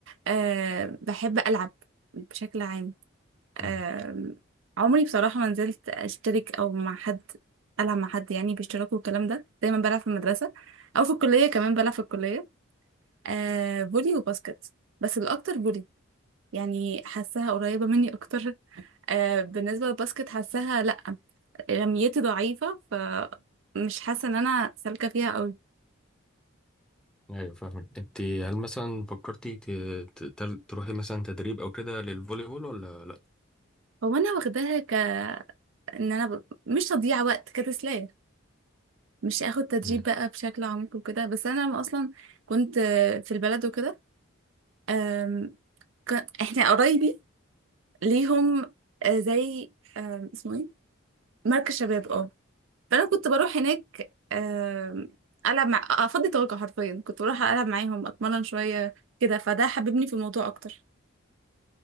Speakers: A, on the right; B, in the centre.
A: آه بحب العب بشكل عام
B: مم.
A: آه عمري بصراحة ما نزلت اشترك او مع حد العب مع حد يعني باشتراك والكلام ده دايما بلعب في المدرسة او في الكلية كمان بلعب في الكلية آه فولي وباسكت بس الأكتر فولي يعني حاساها قريبة مني أكتر آه بالنسبة للباسكت حاساها لأ رميتي ضعيفة فمش حاسة إن أنا سالكة فيها أوي
B: ايوه فاهمك انت هل مثلا فكرتي ت- ت- تل- تروحي مثلا تدريب او كده للفولي بول ولا
A: هو أنا واخداها ك إن أنا ب... مش تضييع وقت كتسلية مش آخد تدريب
B: لا
A: بقى بشكل عميق وكده بس أنا لما أصلا كنت آه، في البلد وكده آم، ك... إحنا قرايبي ليهم آه، زي آم، اسمه إيه مركز شباب اه فانا كنت بروح هناك آم، العب مع افضي طاقه حرفيا كنت بروح العب معاهم اتمرن شويه كده فده حببني في الموضوع اكتر